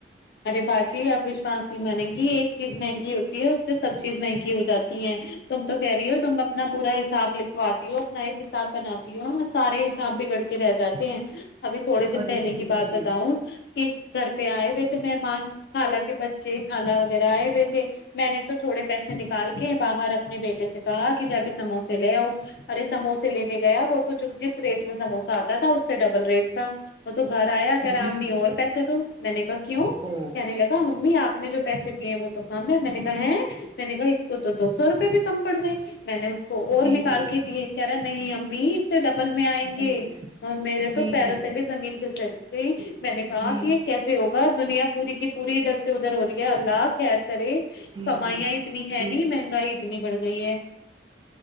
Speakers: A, on the left (about 60°); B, on the right (about 25°).
A: ارے بھجی اپ وشواس نہیں مانیں گی ایک چیز مہنگی ہوتی ہے اس سے سب چیز مہنگی ہو جاتی ہیں تم تو کہہ رہی ہو تم اپنا پورا حساب لکھواتی ہو اپنا ایک حساب بناتی ہوں سارے حساب بگڑ کے رہ جاتے ہیں ابھی تھوڑے دن
B: ارے
A: پہلے
B: جی
A: کی بات
B: جی
A: بتاؤں کہ گھر پہ آئے و مہمان حالانکہ بچے کھانا وغیرہ ہے <inaudible> <inaudible> میں نے تو تھوڑے پیسے نکال کے باہر اپنے بیٹے سے کہا کہ ج سموسے لے ارے سموسے لینے گیا وہ تو جس ریٹ میں سموس آتا تھا اس سے ڈبل ریٹ کا وہ تو گھر آیا کہہ
B: جی
A: رہا امی
B: جی
A: اور پیسے تو میں نے کہ کہنے
B: او
A: لگا ممی آپ نے جو پیسے دیے ہیں وہ تو کم ہے میں نے کہا ہے میں نے کہا اس کو تو دو سو روپئےے بھی کم پڑ گئے میں نے اس کو
B: جی
A: اور نکال
B: جی
A: کے دیے کہہ رہا نہیں امی ڈبل میں آئیں گے
B: جی جی
A: اور میرے
B: جی
A: تو پیروں
B: جی
A: تلی زمین پل سک گئی میں نے کہا
B: جی
A: کہ یہ کیسے ہوگا دنیا پوری کی پوری ادھر سے ادھر ہو رہی ہے اللہ خیر کرے
B: جی
A: کمائیاں
B: جی
A: اتنی ہے
B: جی
A: نہیں مہنگائی اتنی بڑھ گئی ہے